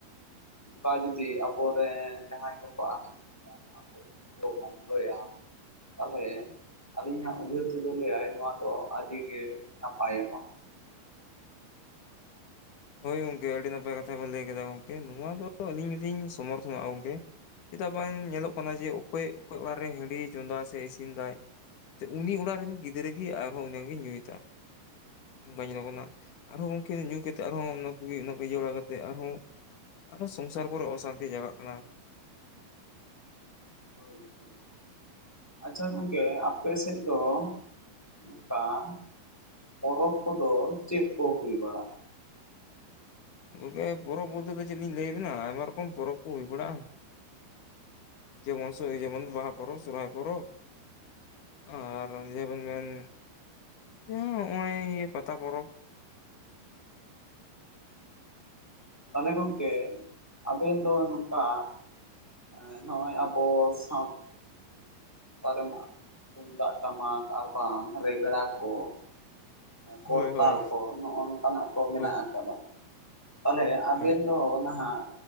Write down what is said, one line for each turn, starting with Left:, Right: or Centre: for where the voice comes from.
Centre: ᱱᱚᱝᱠᱟ ᱡᱩᱫᱤ ᱟᱵᱚᱨᱮᱱ ᱡᱟᱦᱟᱸᱭ ᱠᱚᱠᱚ ᱟᱠᱷᱨᱤᱧ ᱠᱚᱣᱟ ᱱᱚᱣᱟ ᱠᱚ ᱡᱩᱫᱤ ᱠᱚ ᱵᱚᱱᱫᱚᱭᱟᱼᱼ ᱛᱟᱦᱞᱮ ᱟᱹᱞᱤᱧᱟᱜ ᱩᱭᱦᱟᱹᱨ ᱛᱮᱫᱚ ᱞᱟᱹᱭᱟᱭ ᱱᱚᱣᱟ ᱫᱚ ᱟᱹᱰᱤ ᱜᱮ ᱱᱟᱯᱟᱭᱚᱜᱼᱟ᱾
Left: ᱦᱚᱭ ᱜᱚᱝᱠᱮ ᱟᱹᱰᱤ ᱱᱟᱯᱟᱭ ᱠᱟᱛᱷᱟ ᱵᱮᱱ ᱞᱟᱹᱭ ᱠᱮᱫᱟ ᱜᱚᱝᱠᱮ᱾ ᱱᱚᱣᱟ ᱫᱚ ᱟᱹᱞᱤᱧ ᱞᱤᱧ ᱥᱚᱢᱚᱨᱛᱷᱚᱱᱚᱜᱼᱟ ᱜᱚᱝᱠᱮ᱾ ᱪᱮᱫᱟᱜ ᱵᱟᱝ ᱧᱮᱞᱚᱜ ᱠᱟᱱᱟ ᱡᱮ ᱚᱠᱚᱭ, ᱚᱠᱚᱭ ᱚᱲᱟᱜ ᱨᱮ ᱦᱟᱺᱰᱤ ᱪᱚᱸᱫᱟ ᱥᱮ ᱤᱥᱤᱱ ᱫᱟᱭ ᱾ ᱩᱱᱤ ᱚᱲᱟᱜ ᱨᱮᱱ ᱜᱤᱫᱽᱨᱟᱹᱜ ᱜᱮ ᱟᱨᱦᱚᱸ ᱩᱱᱟᱹᱝᱮ ᱧᱩᱭ ᱫᱟ᱾ ᱵᱟᱝ ᱧᱮᱞᱚᱜ-ᱟ, ᱟᱨᱦᱚᱸ ᱜᱚᱝᱠᱮᱱ ᱧᱩ ᱠᱟᱛᱮᱫ ᱛᱮ ᱟᱨᱦᱚᱸ ᱚᱱᱟ ᱠᱚᱭᱮ ᱚᱱᱟ ᱠᱚ ᱤᱭᱟᱹ ᱵᱟᱲᱟ ᱠᱟᱛᱮ ᱟᱨᱦᱚᱸ ᱟᱨ ᱦᱚᱸ ᱥᱚᱝᱥᱟᱨ ᱯᱚᱨᱮ ᱚᱥᱟᱱᱛᱤ ᱡᱟᱜᱟᱜ ᱠᱟᱱᱟ᱾
Centre: ᱦᱚᱭ ᱦᱚᱭ, ᱟᱪᱪᱷᱟ ᱜᱚᱝᱠᱮ ᱟᱯᱮ ᱥᱮᱫ ᱫᱚ ᱱᱚᱝᱠᱟᱱ ᱯᱚᱨᱚᱵᱽ ᱠᱚᱫᱚ ᱪᱮᱫ ᱠᱚ ᱦᱩᱭ ᱵᱟᱲᱟᱜ-ᱟ?
Left: ᱜᱚᱝᱠᱮ ᱯᱚᱨᱚᱵᱽ ᱵᱚᱞᱛᱮ ᱫᱚ ᱪᱮᱫ ᱞᱤᱧ ᱞᱟᱹᱭ ᱟᱵᱮᱱᱟ ᱟᱭᱢᱟ ᱨᱚᱠᱚᱢ ᱯᱚᱨᱚᱵᱽ ᱠᱚ ᱦᱩᱭ ᱵᱟᱲᱟᱜᱼᱟ ᱾ ᱡᱮᱢᱚᱱ ᱥᱚ ᱡᱮᱢᱚᱱ ᱵᱟᱦᱟ ᱯᱚᱨᱚᱵᱽ, ᱥᱚᱨᱦᱟᱭ ᱯᱚᱨᱚᱵᱽ ᱾ ᱟᱨ ᱡᱟᱦᱟᱸ ᱵᱮᱱ ᱢᱮᱱ ᱡᱟᱸᱦᱟ ᱦᱚᱜᱼᱚᱭ ᱤᱭᱟᱹ ᱯᱟᱛᱟ ᱯᱚᱨᱚᱵᱽ ᱾
Centre: ᱛᱟᱞᱦᱮ ᱜᱚᱝᱠᱮ ᱟᱵᱮᱱ ᱫᱚ ᱱᱚᱝᱠᱟ ᱮᱸ ᱱᱚᱜᱼᱚᱭ ᱟᱵᱚ ᱥᱟᱶ <unintelligible> ᱨᱮᱢᱟ <inaudible> ᱛᱩᱢᱫᱟᱜ ᱴᱟᱢᱟᱠ ᱟᱨᱵᱟᱝ ᱨᱮᱜᱽᱲᱟ ᱠᱚ ᱠᱚᱨᱛᱟᱞ
Left: ᱦᱳᱭ ᱦᱳᱭ
Centre: ᱠᱚ ᱱᱚᱜᱼᱚ ᱱᱚᱝᱠᱟᱱᱟᱜ ᱠᱚ ᱢᱮᱱᱟᱜ
Left: ᱦᱳᱭ
Centre: ᱟᱠᱟᱫᱟ ᱾ ᱛᱟᱞᱦᱮ ᱟᱵᱮᱱ
Left: ᱦᱳᱭ
Centre: ᱫᱚ ᱱᱟᱦᱟᱜ